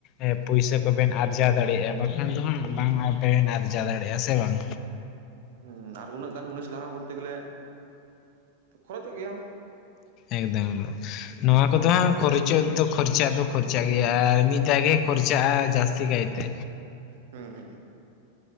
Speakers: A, on the left; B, on the right.
A: ᱮ ᱯᱩᱭᱥᱟᱹ ᱠᱚᱵᱮᱱ ᱟᱨᱡᱟᱣ ᱫᱟᱲᱮᱭᱟᱜᱼᱟ ᱵᱟᱝᱠᱷᱟᱱ ᱫᱚ ᱦᱟᱸᱜ
B: ᱦᱩᱸ
A: ᱵᱟᱝ ᱟᱵᱮᱱ ᱟᱨᱡᱟᱣ ᱫᱟᱲᱮᱭᱟᱜᱼᱟ ᱥᱮ ᱵᱟᱝ
B: ᱦᱮᱸ ᱟᱨ ᱩᱱᱟᱹᱜ ᱜᱟᱱ ᱢᱩᱱᱤᱥ ᱞᱟᱜᱟᱣ ᱠᱚᱨᱛᱮ ᱜᱮᱞᱮ ᱠᱷᱚᱨᱚᱪᱚᱜ ᱜᱮᱭᱟ᱾
A: ᱮᱠᱫᱚᱢ ᱮᱠᱫᱚᱢ ᱱᱚᱣᱟ ᱠᱚᱫᱚ ᱦᱟᱸᱜ ᱠᱷᱚᱨᱪᱚᱜ ᱫᱚ ᱠᱷᱚᱨᱪᱟᱜ ᱫᱚ ᱠᱷᱚᱨᱪᱟᱜ ᱜᱮᱭᱟ ᱟᱨ ᱢᱤᱫ ᱫᱷᱟᱣ ᱜᱮ ᱠᱷᱚᱨᱪᱟᱜᱼᱟ ᱡᱟᱹᱥᱛᱤ ᱪᱤᱠᱟᱭ ᱮᱛᱮ
B: ᱦᱮᱸ ᱦᱮᱸ